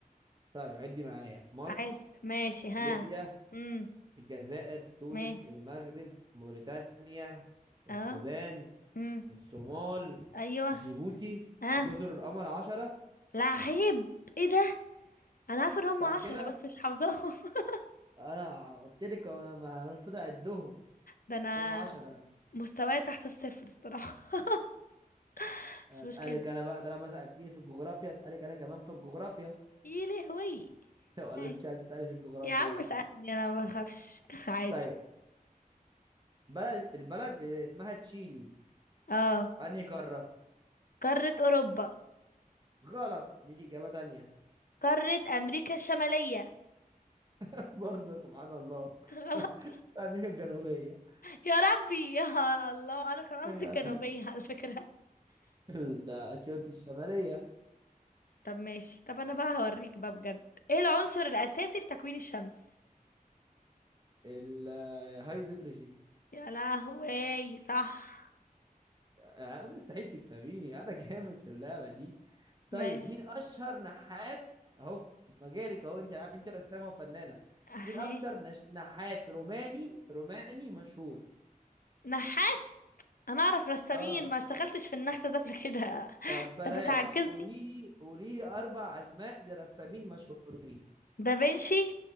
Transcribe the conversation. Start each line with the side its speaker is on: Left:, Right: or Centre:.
Right: طيب عدي معايا مصر
Left: عد ماشي ها
Right: ليبيا
Left: امم
Right: الجزائر تونس
Left: ماشي
Right: المغرب موريتانيا السودان
Left: اه امم
Right: الصومال
Left: ايوه
Right: جيبوتي
Left: ها
Right: وجزر القمر عشرة
Left: لا عيب ايه ده انا عارفه ان هم
Right: صح
Left: عشرة
Right: كده
Left: بس مش حافظاهم <laughs>
Right: انا قلت لك ما ما هنفضل عدهم
Left: ده انا
Right: بس هم 10
Left: مستواي تحت الصفر الصراحه <laughs> مش
Right: اسالك
Left: مشكله
Right: انا بقى طالما سالتيني في الجغرافيا اسالك انا كمان في الجغرافيا
Left: ايه لهوي
Right: <laughs> ولا
Left: إيه.
Right: انت مش عايز تسالي في الجغرافيا
Left: يا عم سألني انا ما بخافش <laughs> عادي
Right: طيب بلد البلد اللي اسمها تشيلي
Left: اه
Right: انهي قاره
Left: قاره اوروبا
Right: غلط ليك اجابه تانية
Left: قاره امريكا الشماليه
Right: <laughs> برضه سبحان الله <laughs>
Left: <laughs> غلط
Right: امريكا الجنوبيه
Left: يا ربي <laughs> يا الله انا كان قصدي
Right: <laughs>
Left: الجنوبيه على فكره
Right: اثيوبيا الشماليه
Left: طب ماشي طب انا بقى هوريك بقى بجد ايه العنصر الاساسي في تكوين الشمس
Right: الهيدروجين
Left: يا لهوي صح
Right: آه، مستحيل تكسبيني انا جامد في اللعبه دي طيب
Left: ماشي
Right: مين اشهر نحات اهو مجالك اهو انت عارف انت رسامه وفنانه
Left: اهي
Right: مين اكتر نش... نحات روماني روماني مشهور
Left: نحاس انا اعرف رسامين
Right: اه
Left: ما اشتغلتش في النحت ده قبل كده
Right: طب
Left: <laughs>
Right: بلاش
Left: انت بتعجزني
Right: قولي لي قولي لي اربع اسماء لرسامين مشهورين
Left: دافنشي